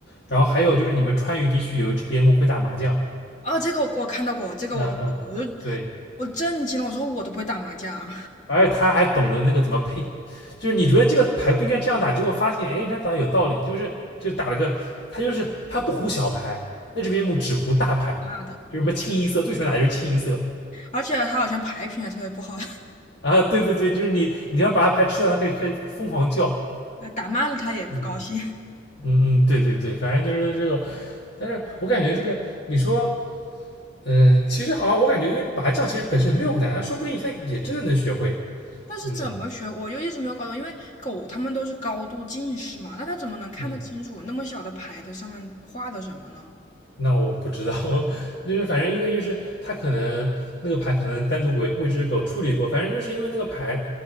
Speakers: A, on the left; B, on the left.
A: 然后还有就是你们川渝地区有一只边牧会打麻将，
B: 哦，这个我我看到过，这个我看到过，
A: 嗯嗯，
B: 我就
A: 对。
B: 我震惊了，我说我都不会打麻将，
A: 而且他还懂得那个怎么配，就是你觉得这个牌不应该这样打，结果发现哎，人家打的有道理，就是就打了个他就是他不胡小牌，那这边目只胡大牌，
B: <laughs> 妈的！
A: 就是什么清一色，最喜欢打的就是清一色
B: 而且他好像牌品还特别不好，
A: 啊，对对对，就是你你要把他牌吃掉，他可以开始疯狂叫，
B: <laughs> 打慢了他也不高兴。
A: 嗯嗯嗯，对对对，反正就是这个，但是我感觉这个你说嗯，其实好像我感觉因为拔将其实本身没有难啊，说不定他也真的能学会，
B: 但是怎么学，
A: 嗯
B: 我就一直没有搞懂，因为狗它们都是高度近视嘛，那它怎么能看得清楚那么小的牌子上面画的什么呢？
A: 嗯。那我不知道，<laughs> 就是反正因为就是他可能那个牌可能单独为为这只狗处理过，反正就是因为那个牌，